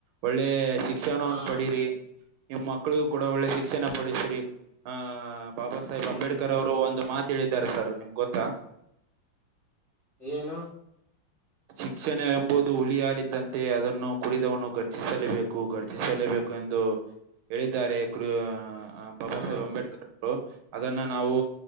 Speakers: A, on the right; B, on the right.
A: ಒಳ್ಳೆ ಶಿಕ್ಷಣವನ್ನು
B: ಹಾ
A: ಪಡೀರಿ ನಿಮ್ಮ್ ಮಕ್ಕಳಿಗೂ ಕೂಡ ಒಳ್ಳೆ ಶಿಕ್ಷಣ ಪಡಿಸಿರಿ ಆಹ್ ಬಾಬಾ ಸಾಹೇಬ್
B: ಹ್ಮ್
A: ಅಂಬೇಡ್ಕರ್ ಅವರು ಒಂದು ಮಾತ. ತಿಳಿದ್ದರ ಇರ್ತಾರ ಗೊತ್ತಾ.
B: ಏನು.
A: ಶಿಕ್ಷಣ ಎಂಬುದು ಹುಲಿ ಹಾಲುದ್ದಂತೆ ಅದನ್ನು ಕುಡಿದವನು ಗರ್ಜಿಸಲೇಬೇಕು ಗರ್ಜಿಸಲೇಬೇಕು. ಎಂದು ಹೇಳಿದ್ದಾರೆ <unintelligible> ಬಾಬಾ
B: ಹ್ಮ್
A: ಸಾಹೇಬ್ ಅಂಬೇಡ್ಕರ್ ಅವರು ಅದನ್ನ ನಾವು